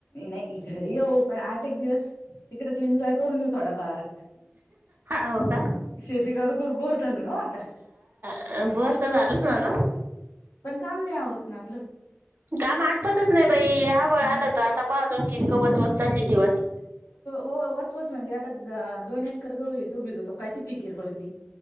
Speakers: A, on the left; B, on the right.
A: नाही घरी येऊ पण आठ एक दिवस तिकडच एन्जॉय करून येऊ थोडाफार
B: हो का?
A: शेती करू करू बर झालं ना आता
B: अ बस तर झालं सगळ
A: पण काम नाही आवरत ना आपल
B: काम आठपतच नाही बाई आभाळ
A: मग
B: आलं होतं तर आता पाहतून कवच वचकट चालली जीवाची
A: व वचवच म्हणजे आता दोन एकर गव येतो भिजवतो काय ती फिकीर पडली